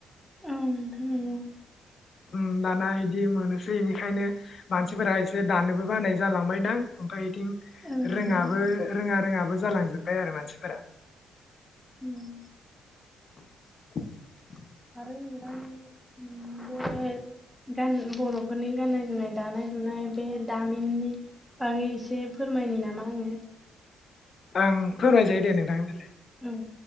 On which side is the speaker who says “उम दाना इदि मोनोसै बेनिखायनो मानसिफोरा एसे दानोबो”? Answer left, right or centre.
Left